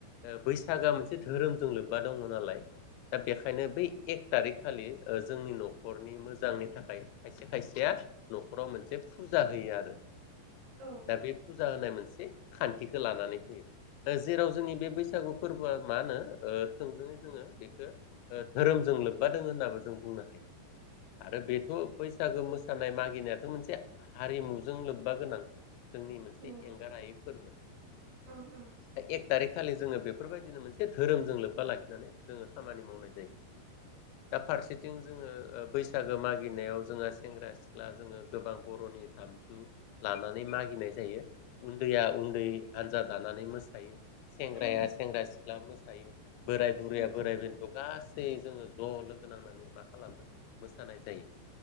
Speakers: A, on the left; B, on the right.
A: ओ बैसागोआ मोनसे धोरोमजों लोब्बा दङ नालाय दा बेनिखायनो बै एक थारिक खालि ओ जोंनि न'खरनि मोजांनि थाखाय खायसे खायसेया न'खराव मोनसे फुजा होयो आरो
B: औ
A: दा बे फुजा होनाय मोनसे खान्थिखौ लानानै होयो जेराव जोंनि बे बैसाग बैसागु फोरबोआ मा होनो ओ थोंजोङै जोंङो बेखौ धोरोमजों लोब्बा दोङ होननाबो जों बुंनो हायो आरो बेथ' बैसागो मोसानाय मागिनायाथ' मोनसे हारिमुजों लोब्बा गोनां जोंनि मोनसे
B: नंगौ
A: एंगारायै फोरबो
B: ओं ओं
A: एक थारिख खालि जोंङो बेफोरबायदिनो मोनसे धोरोमजों लोब्बा लाखिनानै जोंङो खामानि मावनाय जायो
B: औ
A: दा फारसेथिं जोंङो ओ बैसागो मागिनायाव जोंहा सेंग्रा सिख्ला जोंङो गोबां बर'नि दामजु लानानै मागिनाय जायो उन्दैया उन्दै हानजा दानानै मोसायो सेंग्राया
B: उम उम
A: सेंग्रा सिख्ला मोसायो बोराय बुरैया
B: नंगौ
A: बोराइ बेन्थ' गासै जोंङो ज' लोगो नांनानै मा खालामनो मोसानाय जायो